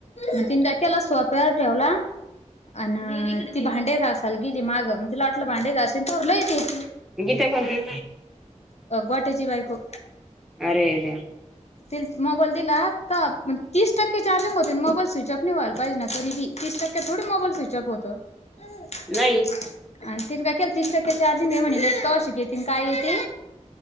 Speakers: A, on the left; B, in the centre.
A: म तीन टाक्याल सोफ्यावर ठेवला. अ ती भांडे घासायला गेली मागे मग तिला वाटलं भांडे घाशीन तोवर लाईट इन.
B: गीता कोणती?
A: गोट्याची बायको
B: अरेर.
A: ते मोबाईल दिला तर मग तीस टक्के चार्जिंग होते मोबाईल स्विच ऑफ न व्हायला पाहिजे ना तरीबी तीस टक्क्यात थोडी मोबाईल स्विचअप होत. आणि
B: नाही
A: तिन काय केलं तीस टक्के चार्जिंग घे म्हणले क शक ये ति काय ये ते.